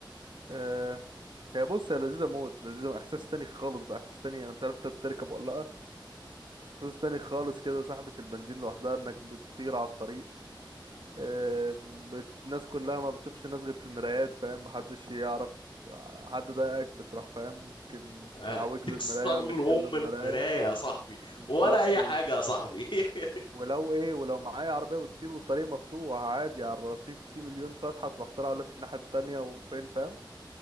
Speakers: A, on the right; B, on the left.
A: آه، هي بص هي لذيذة موت لذيذة احساس تاني خالص بقى احساس تاني انا مش عارف انت تركب ولا لا بس احساس تاني خالص كده سحبة البنزين لوحدها انك بتطير على الطريق آم، بت- الناس كلها ما بتشوفش الناس غير في المرايات فاهم محدش يعرف حد ضايقك بتروح فاهم يمكن
B: آه،
A: كعوج له
B: تكسر
A: المراية ولا
B: لأم
A: كسر له المراية
B: المراية يا صاحبي
A: بالظبط
B: ولا أي
A: و...
B: حاجة يا صاحبي <laughs>
A: ولو ايه ولو معايا عربية بتطير والطريق مفتوح عادي على الرصيف في مليون فتحة تروح طالع لف الناحية التانية وفين فاهم